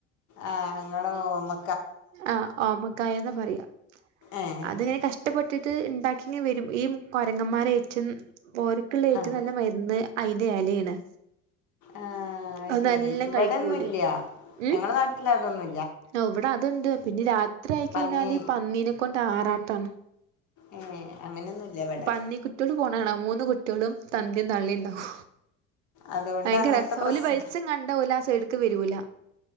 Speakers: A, on the left; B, on the right.
A: ആ ഞങ്ങൾ ഓമ്മ
B: ആഹ് ഓമക്കായന്ന പറയാ
A: ഏഹ്
B: അത്ങ്ങനെ കഷ്ടപ്പെ ത് ത്ത് ഇണ്ടാക്കി ഇനീം വരും ഈ കൊരങ്ങ് നമ്മാരേച്ചും ഓരുക്കുള്ള ഏറ്റവും
A: ആഹ്
B: നല്ല മരുന്ന് അയിന്റെ എലയാണ്
A: ആഹ്
B: അത്
A: ശെരി
B: നല്ലം
A: ഇവിടെൊന്നുംല്ല
B: കഴിക്കോല് ഉം
A: ഞങ്ങള നാട്ടിലതൊന്നു
B: ഇവിടെ അതുണ്ട് പിന്നെ രാത്രി ആയി കഴിഞ്ഞാല്
A: പന്നി
B: പന്നീനെ കൊണ്ട് ആറാട്ടാണ്
A: ഏഹ് അങ്ങനെയൊന്നുല്ല ഇവിടെ
B: പന്നിക്കുട്ടിയോള് പോണകാണാ മൂന്ന് കുട്ടി മറ്റോളും തന്തയും തള്ളയും ഉണ്ടാവും
A: അതുകൊണ്ട്
B: ഭയങ്കര
A: അങ്ങനത്തെ
B: രസാ
A: പ്രശ്നം
B: ഓരു വെളിച്ചം കണ്ടാല് ഓലാ സൈഡ് അടുത്ത് വരൂല